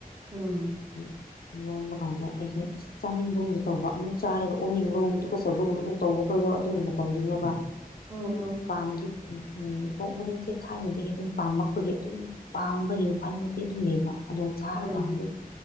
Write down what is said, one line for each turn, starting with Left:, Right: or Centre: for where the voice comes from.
Right: ꯑꯝ
Left: <inaudible> ꯂꯣꯟꯕ ꯀꯥꯟꯗ ꯑꯩꯁꯦ ꯑꯁ ꯆꯥꯅꯤꯡꯕꯒꯨꯝꯗ ꯇꯧꯕ ꯑꯃꯨꯛ ꯆꯥꯔꯒ ꯑꯣꯟꯅꯤꯡꯕꯒꯨꯝ ꯀꯠꯆꯕꯒꯨꯝꯕ ꯇꯧꯕ ꯈꯣꯏꯗꯣ ꯑꯗꯨꯒꯤ ꯃꯇꯝꯗꯨꯅꯦꯕ
Right: ꯎꯝ ꯎꯝ
Left: ꯄꯥꯝꯗꯤ ꯎ ꯎ ꯑꯣꯛ ꯃꯔꯤꯟꯁꯦ ꯊꯥꯏꯅꯗꯒꯤ ꯑꯗꯨꯝ ꯄꯥꯝꯃꯛꯄꯒꯤ ꯑꯗꯨꯝ ꯄꯥꯝꯕꯒꯤ ꯋꯥꯈꯜꯗꯗꯤ ꯑꯗꯨꯝ ꯂꯩꯕ ꯑꯗꯨ ꯆꯥꯔꯀꯥꯟꯗꯗꯤ
Right: ꯎꯝ